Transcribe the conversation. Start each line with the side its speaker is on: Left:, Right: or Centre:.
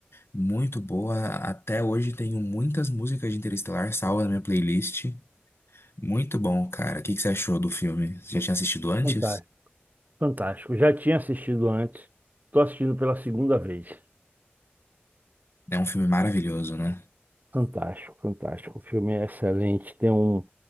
Left: muito boa. Até hoje tenho muitas músicas de Interestelar salvas na minha playlist. Muito bom, cara. O que que você achou do filme? Você já tinha assistido antes?
Right: fantástico, fantástico. Já tinha assistido antes, tô assistindo pela segunda vez.
Left: É um filme maravilhoso, né?
Right: Fantástico, fantástico. O filme é excelente. Tem um.